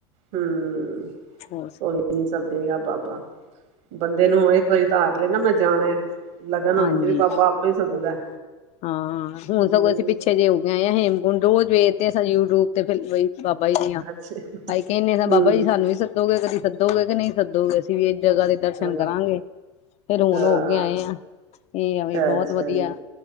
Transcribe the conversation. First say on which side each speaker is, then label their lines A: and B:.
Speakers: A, on the right; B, on the left.
A: ਹਮ
B: ਹੋਰ
A: ਕੋਈ ਨੀ ਸੱਦੇਗਾ ਬਾਬਾ। ਬੰਦੇ ਨੂੰ ਇੱਕ ਵਾਰੀ ਧਾਰ ਲੇ ਨਾ ਮੈਂ ਜਾਣਾ, ਲਗਨ
B: ਹਾਂਜੀ।
A: ਹੋਣੀ ਚਾਹੀਦੀ, ਬਾਬਾ ਆਪੇ ਸੱਦਦਾ।
B: ਹਾਂ, ਹਾਂ ਹੁਣ
A: ਹੂੰ
B: ਸਗੋਂ ਅਸੀਂ ਪਿੱਛੇ ਜੇ ਹੋਕੇ ਆਏ ਹੇਮਕੁੰਡ ਰੋਜ਼ ਵੇਖਦੇ ਸਾਂ ਯੂਟਿਊਬ ਤੇ ਫਿਰ ਵੀ। ਬਾਬਾ ਜੀ ਦੀਆਂ,
A: ਅੱਛਾ
B: ਅਸੀਂ ਕਹਿਨੇ ਆ,
A: ਹੂੰ
B: ਬਾਬਾ ਜੀ ਸਾਨੂੰ ਵੀ ਸ ਸਦੋਗੇ ਕਦੀਂ, ਸੱਦੋਗੇ ਕੇ ਨਹੀਂ ਸੱਦੋਗੇ, ਅਸੀਂ ਵੀ ਇਹ ਜਗ੍ਹਾ ਦੇ ਦਰਸ਼ਨ
A: ਹਾਂ
B: ਕਰਾਂਗੇ। ਫਿਰ ਹੁਣ
A: ਹਾਂ
B: ਹੋ ਕੇ ਆਏ ਆ, ਇਹ ਆ ਵੀ ਬਹੁਤ
A: ਅੱਛਾ
B: ਵਧੀਆ।
A: ਜੀ